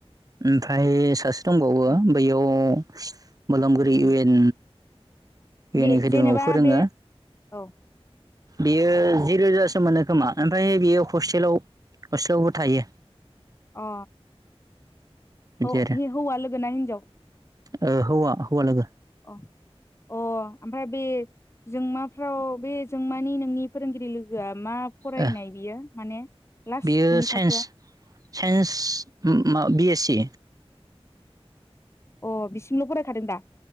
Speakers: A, on the right; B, on the left.
A: ओमफाय सासे दंबावो
B: अ
A: बैयाव मोलामगुरि
B: उम
A: इउ एन इउ
B: बे
A: एन एकाडेमियाव
B: जेनेबा
A: फोरोङो।
B: बे औ
A: बेयो जि रोजासो मोनो खोमा ओमफाय बियो हस्टेलाव हस्टेलावबो थायो।
B: अ
A: बिदि
B: अ
A: आरो
B: हि हौवा लोगो ना हिनजाव
A: ओ हौवा हौवा लोगो
B: अ अ ओमफाय बे जोंमाफ्राव बे जोंमानि नोंनि फोरोंगिरि लोगोआ मा फरायनाय
A: ओ
B: बियो माने लास्ट
A: बियो
B: बिनि
A: साइन्स
B: थाखोआ?
A: साइन्स उम मा बि एस सि।
B: अ बिसिमल' फरायखादों दा?